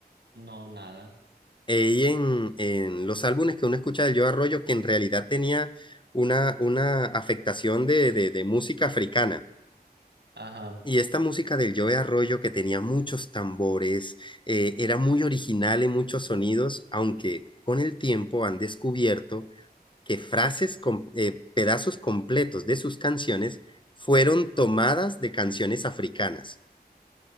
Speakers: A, on the right (about 80°); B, on the left (about 30°).
A: no, nada.
B: Y en, en los álbumes que uno escucha del Joe Arroyo, que en realidad tenía una, una afectación de, de, de música africana.
A: Ajá,
B: Y esta música del Joe Arroyo, que tenía muchos tambores, eh, era muy original en muchos sonidos, aunque con el tiempo han descubierto que frases, com- eh, pedazos completos de sus canciones fueron tomadas de canciones africanas,